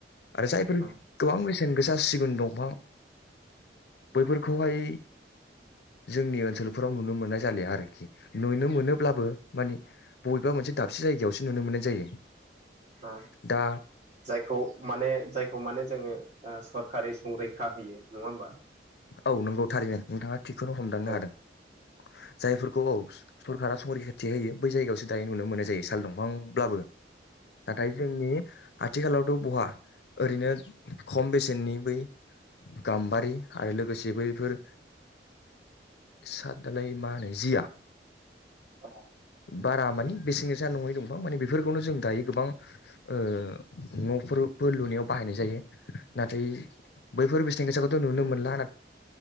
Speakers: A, on the left (about 65°); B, on the right (about 40°).
A: जायफोर
B: औ
A: गोबां बेसेन गोसा सिगुन दंफां बैफोरखौहाय
B: औ
A: जोंनि ओनसोलफोराव नुनो मोननाय जालिया आरोखि नुनो मोनोब्लाबो माने बबेबा मोनसे दाबसे जायगायावसो नुनो मोननाय जायो।
B: ओ
A: दा
B: जाय खौ माने जाय माने जोङो सरखारि संरैखा होयो। नङा होमबा
A: औ नंगौ थारैनो। ओंथांआ थिखौनो हमदांनो
B: औ
A: हादों। जायफोरखौ औ सरकारा संरिखाथि होयो बै जायगायावसो दायो नुनो मोनो। जायो साल दं दांब्लाबो नाथाय जोंनि आथिखालाव थ बहा ओरैनो खम बेसेननि बै गाम्बारि आरो लोगोसे बैफोर साद दालाय मा होनो? जिया
B: <unintelligible>
A: बारा मानि बेसेन गोसा नङै दंफां माने बेफोरखौनो जों दायो गोबां ओ नफोरबो लुनायाव बाहायनाय जायो। नाथाय बैफोर बेसेन गोसाखौथ नुनो मोनला <unintelligible>